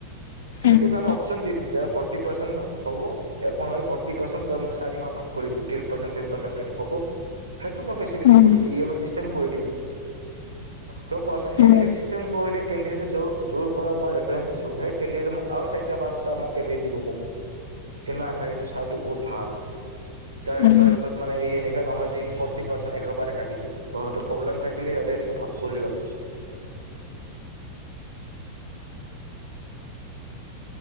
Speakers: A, on the right; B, on the left.
A: সেইটো
B: উম
A: কাৰে অপচন দিম যে ফৰ্টি পাৰ্চেণ্ট হ'ব এক নহ'লে ফি পাৰ্চেণ্ তই মোক চাৰি মাহ ভাগ কৰি দিব টেন পাৰ্চেট টন প্চেণ্ট হব। সেইটো মই ফেচিলেটি
B: উম
A: কৰিম ই এম আই কৰি দিম ত কোৱাচোন
B: উম
A: এনেকে চিষ্টেম কৰিলে। কেণ্ডিডেট যোৰ পৰা মই ৰেফাৰেঞ্চ দিছো সেই কেণ্ডিডেটে মোক আৰু চাৰিটা পাঁচটা মোক কেণ্ডিডেট দিব মোক কি না ভাই এইটো ছাৰটো বহুত ভাল। তাৰ
B: উম
A: ৰেফাৰেঞ্চত মানে এই এনেকা নহয় যে কি ফৰ্টি পাৰ্চেট একেবাৰোটি দিয়ে। সহঁতৰ প্ৰব্লেম থাকিলে সিহঁতে এনেকে ভাগ কৰি লম।